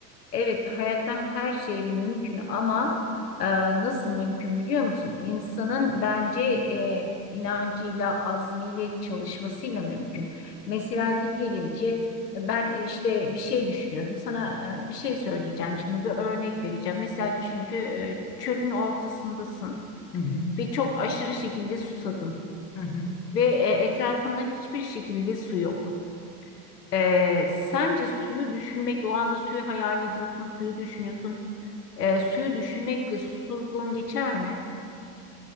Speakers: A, on the left; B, on the left.
A: Evet, hayatta her şey mümkün ama e, nasıl mümkün biliyor musun? İnsanın bence e, inancıyla, azmiyle, çalışmasıyla mümkün. Mesela diyelim ki ben e, işte bir şey düşünüyorum. Sana e, bir şey söyleyeceğim şimdi bir örnek vereceğim. Mesela düşün ki e, çölün ortasındasın
B: Hı hı.
A: ve çok aşırı şekilde susadın
B: Hı hı.
A: ve e, etrafında hiçbir şekilde su yok. E, sence suyu düşünmekle o anda suyu hayal ediyorsun, suyu düşünüyorsun. E, suyu düşünmekle susuzluğun geçer mi?